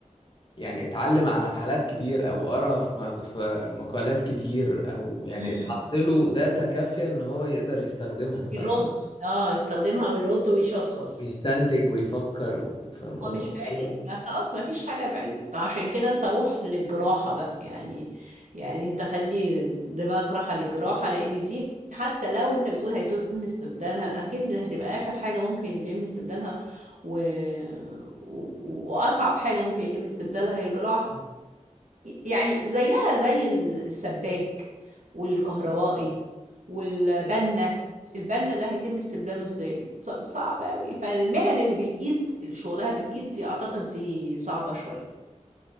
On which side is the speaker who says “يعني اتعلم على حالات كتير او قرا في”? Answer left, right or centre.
Left